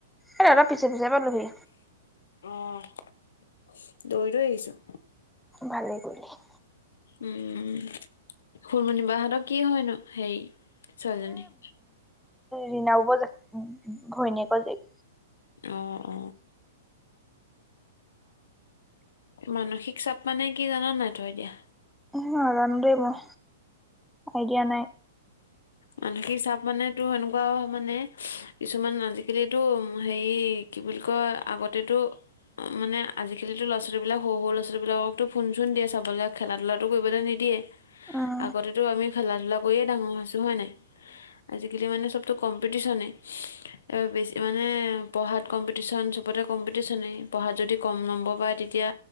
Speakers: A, in the centre; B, on the left.
A: এ অলপ পিছে পিছে পালোহি।
B: আহ দৌৰি দৌৰি আহিছো।
A: ভালেই কৰিলি।
B: উম খুনমনিবাহঁতৰ কি হয় ন? হেৰি ছোৱালীজনী?
A: ৰিণাওবজা ঘৈণীয়েক জীয়েক।
B: অ অ মানসিক চাপ মানে কি জান নাই তই এতিয়া?
A: নাজানো দেই মই আইডিয়া নাই।
B: মানসিক চাপ মানে তো সেনেকুৱা মানে কিছুমান আজিকালি এইটো হেৰি কি বুলি কয় আগতেটো অ মানে আজিকালি ল'ৰা-ছোৱালীক সৰু সৰু ল'ৰা-ছোৱালী বিলাককতো ফোন -চোন দিয়ে চাব <unintelligible> আবলে <unintelligible> খেলা ধূলাটো কৰিবলৈ নিদিয়ে
A: উম
B: আগতেতো আমি খেলা ধূলা কৰিয়েই ডাঙৰ হৈছোঁ হয় নাই? আজিকালি মানে সবতো কম্পিটিচনে, বেছি মানে পঢ়াত কম্পিটিশ্যন চবতে কম্পিটিচনে পঢ়াত যদি কম নম্বৰ পায় তেতিয়া